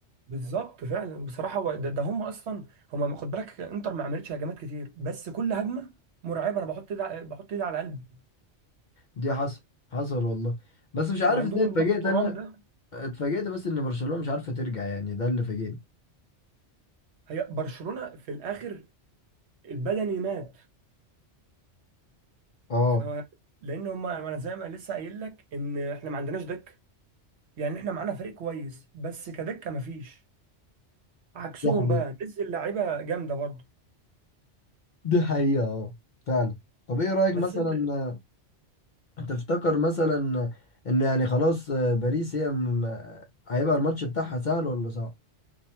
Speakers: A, on the right (about 70°); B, on the left (about 55°).
A: بالظبط فعلا بصراحه هو ده, ده هم اصلا هم خد بالك انتر ما عملتش هجمات كتير بس كل هجمه مرعبه انا بحط ايدي ع- بحط ايدي على قلبي
B: دي حصل حصل والله بس مش عارف
A: وعندهم
B: ازاي اتفاجئت
A: الواد ترام
B: انا
A: ده
B: اتفاجئت بس ان برشلونة مش عارفة ترجع يعني ده اللي فاجئني
A: هي برشلونه في الاخر البدني مات
B: اه
A: ف لان هم انا زي ما لسه قايل لك ان احنا ما عندناش دك يعني احنا معانا فريق كويس بس كدكه ما فيش عكسهم
B: دي حقيقة
A: بقى نزل لعيبه جامده برضه
B: دي حقيقة اه فعلا طب ايه رأيك
A: بس
B: مثلا
A: انت
B: آه، تفتكر مثلا ان يعني خلاص آه، باريس هي م... آه، هيبقى الماتش بتاعها سهل ولا صعب؟